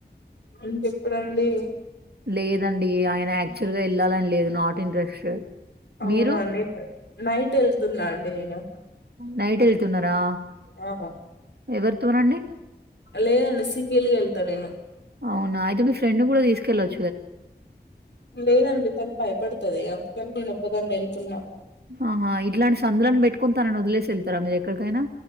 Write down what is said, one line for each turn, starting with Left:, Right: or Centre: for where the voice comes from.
Left: ఇంకెప్పుడండి
Right: లేదండి ఆయన యాక్చువల్ గా వెళ్ళాలని లేదు నాట్ ఇంట్రెస్ట్
Left: అవునాంది
Right: మీరు
Left: <unintelligible> నైట్ వెళ్తున్నా అండి నేను
Right: నైట్ వెళ్తున్నారా
Left: ఆ
Right: ఎవరితోనండి
Left: లేదండి సింగిల్ గా వెళ్తా నేను
Right: అవునా అయితే మీ ఫ్రెండ్ ని కూడా తీసుకెళ్ళచ్చు
Left: లేదండి తను భయపడుతది అందుకని నేను ఒక్కదాన్ని వెళ్తున్నా
Right: ఆహా ఇట్లాంటి సందులను తనని వదిలేసి వెళ్తారా మీరు ఎక్కడికైనా